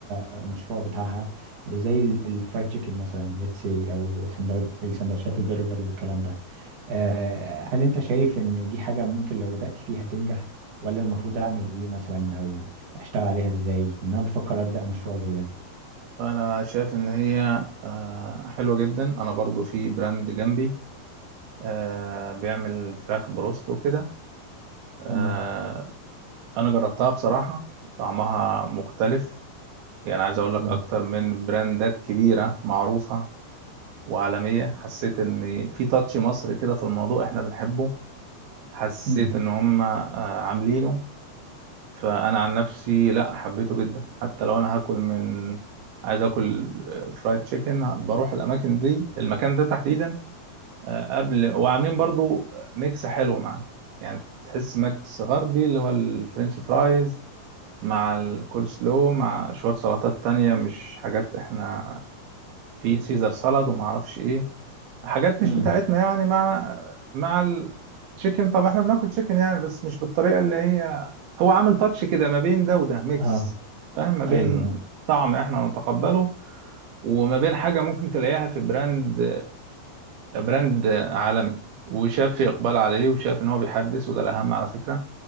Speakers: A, on the right; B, on the right.
A: المشروع بتاعها زي ال- الفرايد تشيكن مثلا ليتس سي او سندوت- السندوتشات البرجر والكلام ده آه، هل انت شايف ان دي حاجة ممكن لو بدأت فيها تنجح ولا المفروض اعمل ايه مثلا او اشتغل عليها ازاي ان انا بفكر ابدأ مشروع زي ده
B: انا شايف ان هي آه، حلوه جدا انا برضو في براند جنبي آه، بيعمل فراخ بروست وكده آه،
A: امم
B: انا جربتها بصراحه طعمها مختلف يعني عايز اقول لك
A: امم
B: اكتر من براندات كبيره معروفه وعالميه حسيت ان في تاتش مصري كده في الموضوع احنا بنحبه حسيت
A: امم
B: ان هم آه، عاملينه فانا عن نفسي لا حبيته جدا حتى لو انا هاكل من عايز اكل فرايد تشيكن بروح الاماكن دي المكان ده تحديدا آه، قبل وعاملين برضو ميكس حلو معاه يعني تحس ميكس غربي اللي هو الفرنش فرايز مع الكول سلو مع شوية سلطات تانية مش حاجات احنا في سيزر سالاد وما اعرفش ايه حاجات مش
A: امم
B: بتاعتنا يعني مع مع التشيكن طب احنا بناكل تشيكن يعني بس مش بالطريقه اللي هي هو عامل تاتش كده ما بين ده وده ميكس
A: اه
B: فاهم ما بين
A: ايوه اه
B: طعم احنا نتقبله وما بين حاجه ممكن تلاقيها في براند براند عالمي وشاف في اقبال عليه وشاف ان هو بيحدث وده الاهم على فكره